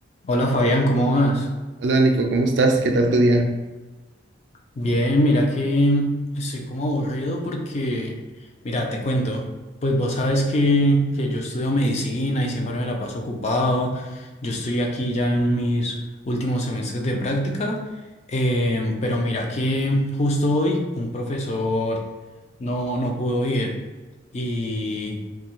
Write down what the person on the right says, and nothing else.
Hola Nico, ¿cómo estás? ¿Qué tal tu día?